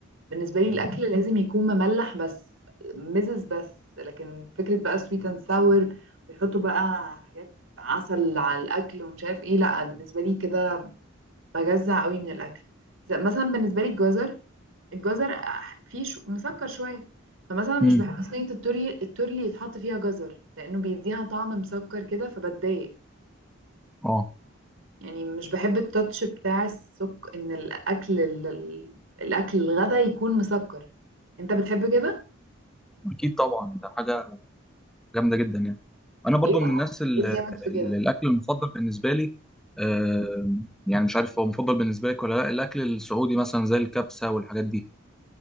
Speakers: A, on the right; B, in the centre.
A: بالنسبه لي
B: مم.
A: الاكل لازم يكون مملح بس مزز بس لكن فكره بقى سويت اند ساور ويحطوا بقى حاجات عسل على الاكل ومش عارف ايه لا بالنسبه لي كده بجزع قوي من الاكل زي مثلا بالنسبه لي الجزر الجزر أح- فيه شو مسكر شويه فمثلا مش
B: امم
A: بحب صينيه التوري التورلي يتحط فيها جزر لانه بيديها طعم مسكر كده فبتضايق
B: اه
A: يعني مش بحب التاتش بتاع السك ان الاكل ال- ال- الاكل الغدا يكون مسكر انت بتحب كده
B: أكيد طبعا ده حاجة جامدة جدا يعني أنا برضو
A: ايه
B: من الناس اللي
A: ايه الجامد في كده
B: الأكل المفضل بالنسبة لي آه يعني مش عارف هو مفضل بالنسبة لك ولا لا الأكل السعودي مثلا زي الكبسة والحاجات دي